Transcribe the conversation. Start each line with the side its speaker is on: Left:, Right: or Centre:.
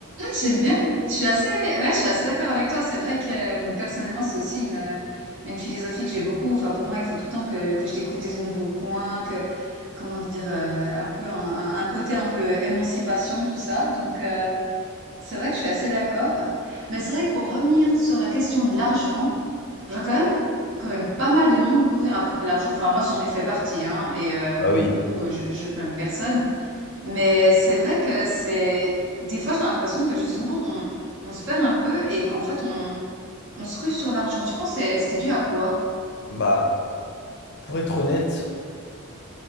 Right: J'aime bien. Je suis assez, ouais, je suis assez d'accord avec toi. C'est vrai que euh, personnellement, c'est aussi une, euh, une philosophie que j'ai beaucoup. Enfin, pour moi, il faut tout le temps que, que je découvre des nouveaux coins, que, comment dire, euh, un peu un, un- un côté un peu émancipation, tout ça. Donc, euh, c'est vrai que je suis assez d'accord. Mais c'est vrai que pour revenir sur la question de l'argent, j'ai quand même, quand même pas mal de monde courir après l'argent. Enfin, moi, j'en ai fait partie, hein, et euh,
Left: Bah oui.
Right: du coup, euh, je, je blâme personne. Mais c'est vrai que c'est... Des fois, j'ai l'impression que justement, on, on se perd un peu et qu'en fait, on, on se rue sur l'argent. Tu penses que c'est c'est dû à quoi?
Left: Bah, pour être honnête.